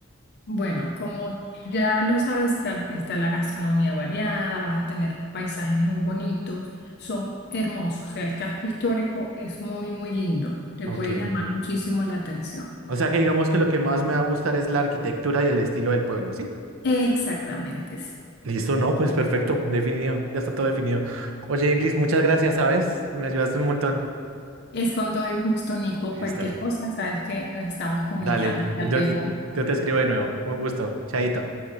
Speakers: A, on the left; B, on the right.
A: Bueno, como ya lo sabes, está, está la gastronomía variada, vas a tener paisajes muy bonitos, son hermosos, o sea, el casco histórico es muy, muy lindo, te
B: Ok.
A: puede llamar muchísimo la atención.
B: O sea que digamos que lo que más me va a gustar es la arquitectura y el estilo del pueblo, ¿sí?
A: Exactamente, sí.
B: Listo, no, pues perfecto, definido, ya está todo definido. Oye, Eglis, muchas gracias, ¿sabes? Me ayudaste un montón.
A: Es con todo el gusto, Nico.
B: Listo.
A: Cualquier cosa, sabes que eh, estamos comunicando.
B: Dale,
A: Hasta
B: yo
A: luego.
B: te, yo te escribo de nuevo. Un gusto. Chaito.